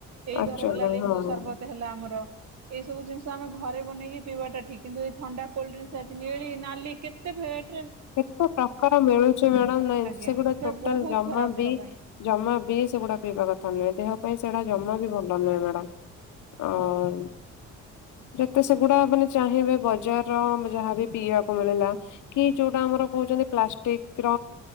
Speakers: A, on the right; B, on the left.
A: ଏଇ
B: ଆକ୍ଚୁଆଲି
A: ଧର ହେଲା ଲେମ୍ବୁ
B: ହଁ।
A: ସରବତ ହେଲା ଆମର ଏଇ ସବୁ ଜିନିଷ ଆମେ ଘରେ ବନେଇକି ପିଇବାଟା ଠିକ୍ କିନ୍ତୁ ଏ ଥଣ୍ଡା କୋଲଡ୍ରିଙ୍କସ ଅଛି ନେଳି ନାଲି କେତେ ଭେରାଇଟ
B: ଏତେ ପ୍ରକାର ମିଳୁଛି ମ୍ୟାଡାମ୍ ନାଁ
A: ଆଜ୍ଞା
B: ସେଗୁଡା
A: ସେ
B: ଟୋଟାଲ
A: ବହୁତ ଖରାପ ଦେହ
B: ବି
A: ପାଇଁ
B: ଜମା ବି ସେଗୁଡା ପିଇବା କଥା ନୁହେଁ ଦେହ ପାଇଁ ସେଟା ଜମା ବି ଭଲ ନୁହେଁ ମ୍ୟାଡ଼ାମ ଆଉ ଯେତେ ସେଗୁଡା ମାନେ ଚାହିଁବେ ବଜାରର ଯାହାବ ପିଇବାକୁ ମିଳିଲା କି ଯୋଉଟା ଆମର କହୁଛନ୍ତି ପ୍ଲାଷ୍ଟିକ ର